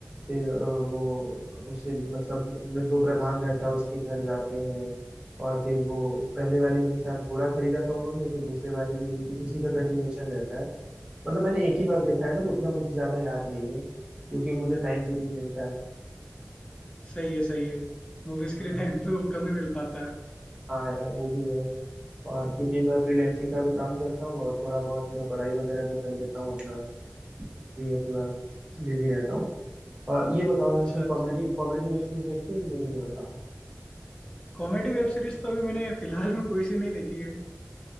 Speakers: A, on the right (about 20°); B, on the left (about 20°).
A: फिर अ, वो उसे मतलब जो प्रधान रहता है उसके घर जाते हैं और फिर वो पहले वाले में के साथ घोड़ा खरीदा था उन्होंने तो दूसरे वाले में भी कुछ उसी का कंटिन्यूएशन रहता है मतलब मैंने एक ही बार देखा है ना तो इतना मुझे ज्यादा याद नहीं है क्योंकि मुझे टाइम भी नहीं मिलता है
B: सही है सही है मूवीज के
A: हाँ
B: लिए टाइम तो कम ही मिल पाता है
A: हाँ यार वो भी है और क्योंकि मैं फ्रीलैंसिंग का भी काम करता हूँ और थोड़ा बहुत मैं पढ़ाई वगैरह भी कर लेता हूँ अपना इसलिए थोड़ा बिजी रहता हूँ और ये बताओ यार
B: अच्छा
A: कोई कॉमेडी कॉमेडी वेब सीरीज देखते हो कि नहीं ये बताओ
B: कॉमेडी वेब सीरीज तो अभी मैंने फिलहाल में कोई सी नहीं देखी है